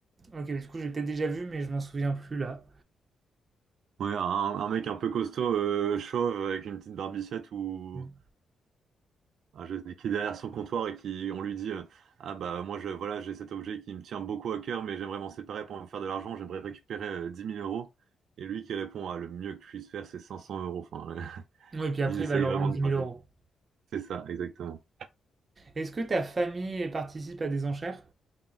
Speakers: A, on the right (about 30°); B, on the right (about 70°).
A: Ok, mais du coup j'ai peut-être déjà vu, mais je m'en souviens plus là.
B: Ouais, un, un mec un peu costaud, euh, chauve, avec une petite barbichette ou
A: Mm.
B: ah, je sais, qui est derrière son comptoir et qui on lui dit euh, ah bah moi je voilà j'ai cet objet qui me tient beaucoup à cœur mais j'aimerais m'en séparer pour me faire de l'argent, j'aimerais récupérer euh, 10 000 euros et lui qui répond ah le mieux que je puisse faire c'est 500 euros. Enfin, <laughs>
A: Ouais, et puis après
B: il essaye
A: il va leur
B: vraiment
A: vendre
B: de
A: dix
B: gratter.
A: mille euros.
B: C'est ça, exactement.
A: Est-ce que ta famille participe à des enchères?